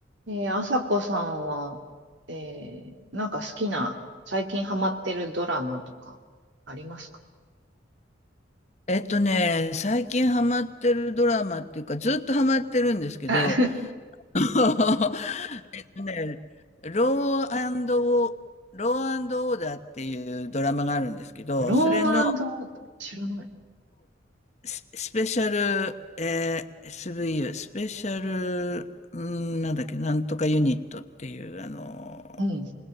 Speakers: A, on the right (about 70°); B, on the left (about 35°).
A: ねえー、朝子さんは、えー、なんか好きな、最近ハマってるドラマとか、ありますか
B: えっとね、最近ハマってるドラマっていうか、ずっとハマってるんですけど、
A: あ
B: <laughs> えっとね、ローアンドオー、ローアンドオーダーっていうドラマがあるんですけど、
A: <laughs> ローン知らない。
B: それのス、スペシャル、えー v スブイユースペシャル、うん、なんだっけ、なんとかユニットっていう、あの、
A: うん。